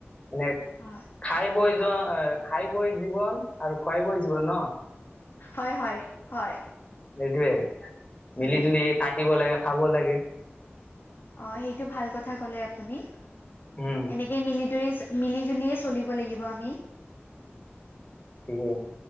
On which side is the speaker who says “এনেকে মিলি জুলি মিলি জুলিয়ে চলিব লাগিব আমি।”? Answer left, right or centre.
Left